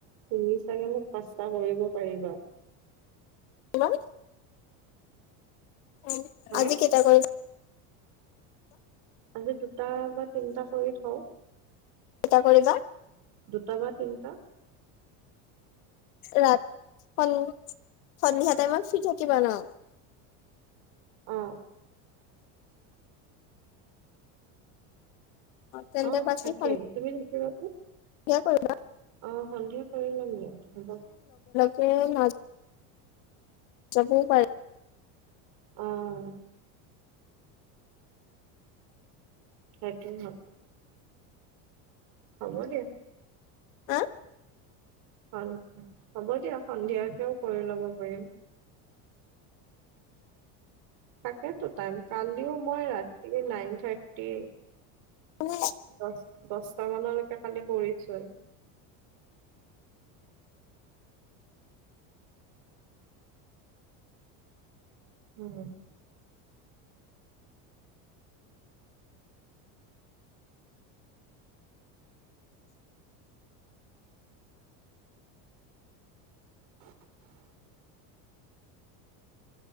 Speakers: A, on the right (about 55°); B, on the left (about 80°).
A: তুমি চাগে মোক পাঁচটা কৰিব পাৰিবা
B: হয় উ
A: হা
B: আজি কেইটা কৰি
A: আজি দুটা বা তিনটা কৰি থওঁ
B: এটা কৰিবা
A: তবা তিনটা
B: ৰা সন্ সন্ধিয়া টাইমত ফ্ৰী থাকিবা ন
A: অ
B: তেন্তে
A: অ
B: বাকী
A: থাকে
B: সন্ধিয়া
A: তুমি থাকিম তুমি থাকিবা নে
B: কৰিবা
A: অ সন্ধিয়া কৰি ল'ম দিয়া হব
B: তে মাজ <unintelligible> <unintelligible> পাৰী
A: আহ সেইটো হয় হব দে
B: আহ
A: হয় হ'ব দিয়া সন্ধিয়াকেও কৰি লব পাৰিম থাকেতো টাইম কালিও মই ৰাতি এই নাইন থাৰ্টি
B: মানে
A: দ দছটা মানলে তই খালি কৰিছই। উম। <inaudible>